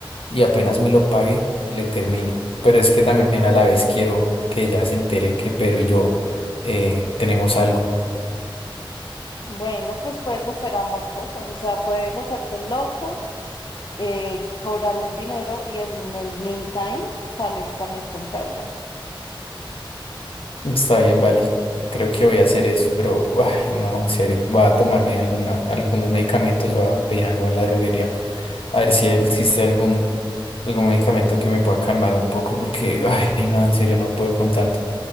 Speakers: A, on the left; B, on the left.
A: y apenas me lo pague, le termino. Pero es que también a la vez quiero que ella se entere que Pedro y yo eh, tenemos algo.
B: Bueno, pues puedes hacer ambas cosas. O sea, puedes hacerte el loco, eh, cobrarle el dinero y en el meantime sales también con Pedro.
A: Está bien, vale. Creo que voy a hacer eso, pero ay, no, en serio. Voy a tomarme alguna, algunos medicamentos, voy a pedir algo en la droguería, a ver si existe algún, algún medicamento que me pueda calmar un poco, porque <laughs> ay, no, en serio, no puedo con tanto.